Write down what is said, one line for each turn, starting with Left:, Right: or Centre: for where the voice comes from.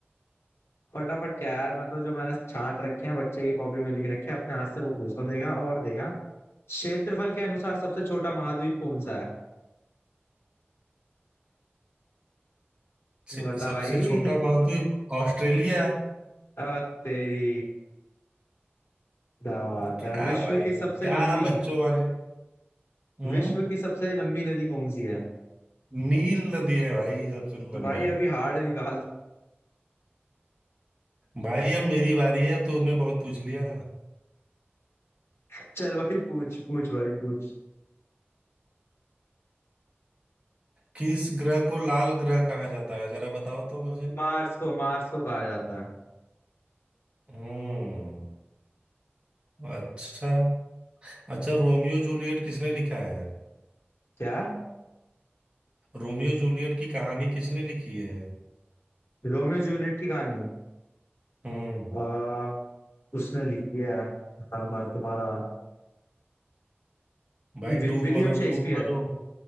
Left: फटाफट क्या यार मैं तो जो मैंने छांट रखे हैं बच्चे की कॉपी में लिख रखे हैं अपने हाथ से वो पूछता हूँ देखा और देखा क्षेत्रफल के अनुसार सबसे छोटा महाद्वीप कौन सा है
Right: से-
Left: बता
Right: सबसे
Left: भाई
Right: छोटा
Left: <laughs>
Right: महाद्वीप ऑस्ट्रेलिया
Left: आ, तेरी दावत
Right: क्या
Left: है विश्व
Right: भाई
Left: की सबसे
Right: क्या
Left: लंबी
Right: बच्चों वाले हम्म
Left: विश्व की सबसे लंबी नदी कौन सी है
Right: नील नदी है भाई सबसे लंबी
Left: भाई अभी हार्ड निकाल
Right: भाई अब मेरी बारी है तो उन्हें बहुत पूछ लिया
Left: <laughs> चल भाई पूछ पूछ भाई पूछ
Right: किस ग्रह को लाल ग्रह कहा जाता है जरा बताओ तो मुझे
Left: मार्स को मार्स को कहा जाता है
Right: हम्म अच्छा अच्छा रोमियो जूलियट किसने लिखा है
Left: क्या
Right: रोमियो जूलियट की कहानी किसने लिखी है
Left: रोमियो जूलियट की कहानी
Right: हम्म
Left: आ, उसने लिखी है हाँ, मैं तुम्हारा
Right: भाई
Left: वि,
Right: डूब
Left: William
Right: मरो
Left: Shakespeare
Right: डूब मरो